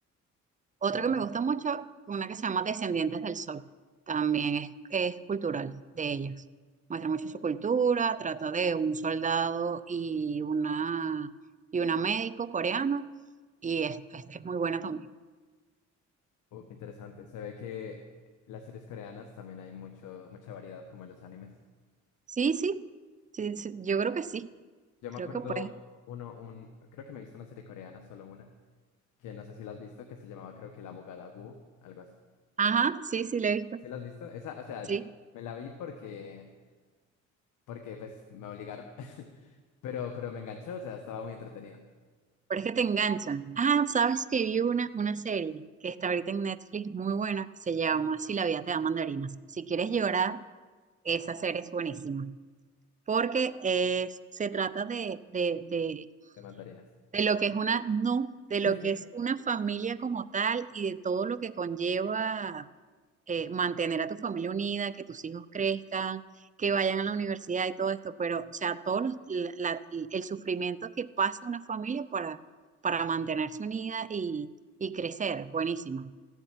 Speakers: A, on the right; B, on the left.
A: Otra
B: Sí, no.
A: que me gusta mucho, una que se llama Descendientes del Sol. También es, es cultural de ellos. Muestra mucho su cultura, trata de un soldado y una, y una médico coreana y es, es- es muy buena también.
B: Uh, qué interesante. Se ve que las series coreanas también hay mucho, mucha variedad, como en los animes.
A: Sí, sí, sí, sí, yo creo que sí,
B: Yo
A: creo
B: me acuerdo
A: que puede.
B: uno, un, creo que me he visto una serie coreana, solo una que no sé si la has visto, que se llamaba creo que La Abogada Wu, algo así.
A: Ajá, sí, sí, la he visto,
B: ¿Sí la has visto? Esa, o sea,
A: sí.
B: me la vi porque, porque pues me obligaron, <laughs> pero, pero me enganchó, o sea, estaba muy entretenido
A: Pero es que te enganchan. Ah, sabes que vi una, una serie que está ahorita en Netflix muy buena que se llama Si la vida te da mandarinas. Si quieres llorar, esa serie es buenísima. porque es, se trata de, de, de,
B: de mandarinas.
A: de lo que es una, no,
B: <laughs>
A: de lo que es una familia como tal y de todo lo que conlleva eh, mantener a tu familia unida, que tus hijos crezcan, que vayan a la universidad y todo esto, pero, o sea, todo la- el sufrimiento que pasa una familia para, para mantenerse unida y, y crecer, buenísima,